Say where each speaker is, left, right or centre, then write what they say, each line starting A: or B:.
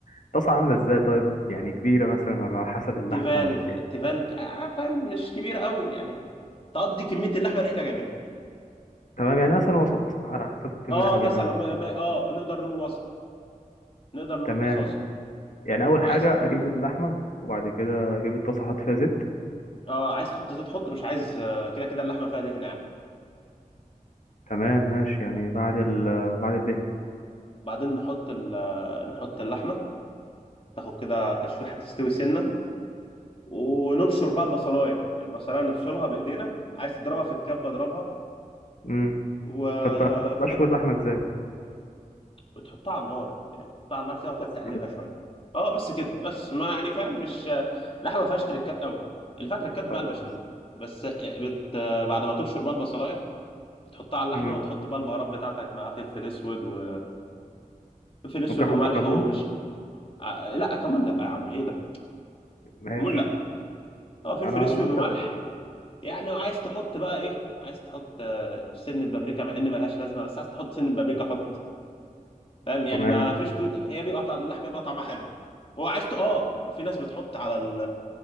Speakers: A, on the left (about 65°); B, on the left (about 40°).
A: الطاسة عاملة إزاي طيب يعني كبيرة مثلا ولا على حسب اللحمة
B: تيفال
A: ولا إيه
B: تيفال ك- آه فاهم مش كبيره قوي يعني تقضي كميه اللحمه اللي احنا جايبينها
A: تمام يعني مثلا وسط على حسب الكمية
B: اه
A: اللي إحنا
B: مثلا
A: جايبينها دلوقتي
B: ما... ما... اه نقدر نقول وسط نقدر نقول
A: تمام
B: تصاصه
A: يعني أول
B: وعايز
A: حاجة أجيب اللحمة وبعد كده أجيب الطاسة أحط فيها زيت
B: اه عايز تحط زيت حط مش عايز آه، كده كده اللحمه فيها دهن يعني.
A: تمام ماشي يعني بعد ال بعد الدهن
B: بعدين نحط ال- نحط اللحمه تاخد كده تشويحه تستوي سنه ونبشر بقى البصلايه البصلايه نبشرها بايدينا عايز تضربها في الكبه اضربها
A: امم
B: ونحط
A: طب ب- بشوي اللحمة إزاي
B: وتحطها على النار يعني تحطها على النار كده وتقعد
A: بس
B: تقلبها
A: كده
B: شويه اه بس كده بس ما يعني فاهم مش اللحمه ما فيهاش تريكات قوي اللي فيها تريكات
A: خلاص
B: بقى البشاميل بس بت... بعد ما تبشر بقى البصلايه بتحطها على اللحمه
A: مم.
B: وتحط بقى البهارات بتاعتك بقى فلفل اسود و فلفل اسود
A: ممكن احط
B: وملح
A: كمون
B: ومش ع- لا كمون لا يا عم ايه ده
A: ماشي
B: كمون لا اه فلفل
A: ما انا
B: اسود
A: انت
B: وملح يعني وعايز تحط بقى ايه عايز تحط آه، سن بابريكا مع ان ملهاش لازمه بس عايز تحط سن بابريكا حط فاهم
A: تمام
B: يعني ما فيش كود هي بيبقى طعم اللحمه بيبقى طعمها حلو وعايز ت... اه وفي ناس بتحط على ال...